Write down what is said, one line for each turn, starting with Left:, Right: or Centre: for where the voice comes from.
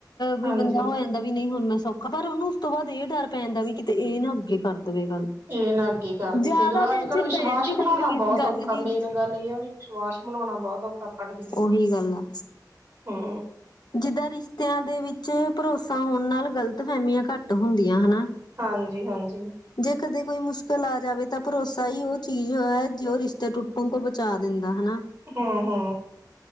Left: ਬਈ
Right: ਹਾਂਜੀ
Left: ਬੰਦਾ ਹੋ ਦਾ ਵੀ ਨਹੀਂ ਹੁਣ ਮੈਂ ਸੌਖਾ ਪਰ ਉਹਨੂੰ ਉਸ ਤੋਂ ਬਾਦ ਇਹ ਡਰ ਪੈਂ ਜਾਂਦਾ ਵੀ ਕਿਤੇ ਇਹ ਨਾ ਅੱਗੇ ਕਰ ਦਵੇ ਗੱਲ।
Right: ਇਹ ਨਾ ਅੱਗੇ ਕਰਦੇ
Left: ਜ਼ਿਆਦਾ
Right: ਸਹੀ ਗੱਲ ਐ
Left: ਟੈਨਸ਼ਨ
Right: ਅੱਜ-ਕੱਲ ਵਿਸ਼ਵ
Left: ਪੈ
Right: ਵਾਸ
Left: ਜਾਂਦੀ ਗੱਲ
Right: ਬਣਾਉਣਾ
Left: ਕੀ
Right: ਬਹੁਤ
Left: ਗੱਲ
Right: ਔਖਾ
Left: ਦੀ।
Right: ਮੇਨ ਗੱਲ ਏਹ ਆ ਵੀ ਵਿਸ਼ਵਾਸ ਬਣਾਉਣਾ ਬਹੁਤ ਔਖਾ ਆਪਾਂ ਨੂੰ।
Left: ਓਹੀ ਗੱਲ ਆ।
Right: ਹੂੰ।
Left: ਜਿੱਦਾਂ ਰਿਸ਼ਤਿਆਂ ਦੇ ਵਿੱਚ ਭਰੋਸਾ ਹੋਣ ਨਾਲ ਗ਼ਲਤਫਹਿਮੀਆਂ ਘੱਟ ਹੁੰਦੀਆਂ ਹਨਾ।
Right: ਹਾਂਜੀ, ਹਾਂਜੀ।
Left: ਜੇ ਕਦੇ ਕੋਈ ਮੁਸ਼ਕਿਲ ਆ ਜਾਵੇ ਤਾਂ ਭਰੋਸ ਸਾ ਹੀ ਉਹ ਚੀਜ਼ ਆ ਜੋ ਰਿਸ਼ਤੇ ਟੁੱਟਣ ਤੋਂ ਬਚਾ ਦਿੰਦਾ ਹਨਾ।
Right: ਹੂੰ, ਹੂੰ।